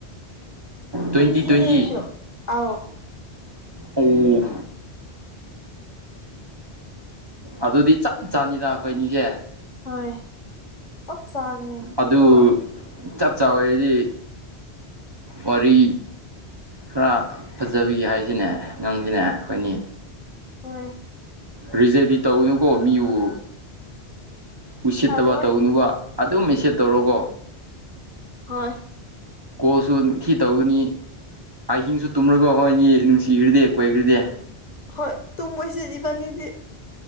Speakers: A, on the left; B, on the right.
A: ꯇꯨꯏ
B: ꯇ꯭ꯋꯦꯟꯇꯤ
A: ꯇꯅꯦ
B: ꯇ꯭ꯋꯦꯟꯇꯤ
A: ꯑꯦꯁꯣ ꯑ
B: ꯎꯝ ꯑꯗꯨꯗꯤ ꯆꯞ ꯆꯥꯅꯤꯗ ꯑꯩꯈꯣꯏꯅꯤꯁꯦ
A: ꯍꯣꯏ ꯁ ꯁꯥꯒꯅꯦ ꯑꯗꯨꯗꯤꯦ
B: ꯑꯗꯨ
A: ꯀꯋꯥ
B: ꯆꯞ ꯆꯥꯕꯗꯤ ꯋꯥꯔꯤ ꯈꯔ ꯐꯖꯕꯤ ꯍꯥꯏꯁꯤꯅꯦ ꯅꯪꯁꯤꯅꯦ ꯑꯩꯈꯣꯏꯅꯤ
A: ꯍꯣꯏ
B: ꯔꯤꯖꯦꯗꯤ ꯇꯧꯅꯨꯀꯣ ꯃꯤꯕꯨ ꯎꯁꯤꯠꯇꯕ
A: ꯇꯧꯔꯣꯏ
B: ꯇꯧꯅꯨꯕ ꯑꯗꯨ ꯃꯤꯦꯁꯞ ꯇꯧꯔꯣꯒꯣ
A: ꯍꯣꯏ
B: ꯀꯣꯁꯨꯈꯤ ꯇꯧꯒꯅꯤ ꯑꯍꯤꯡꯁꯨ ꯇꯨꯝꯔꯒꯣ ꯍꯣꯏ ꯏꯅꯤ ꯅꯨꯡꯁꯤꯈ꯭ꯔꯗꯤꯦ ꯀꯣꯏꯈ꯭ꯗꯤꯦ
A: ꯍꯣꯏ ꯇꯨꯡ ꯃꯣꯏꯁꯦ ꯏꯖꯤꯕꯥꯅꯤꯗꯤ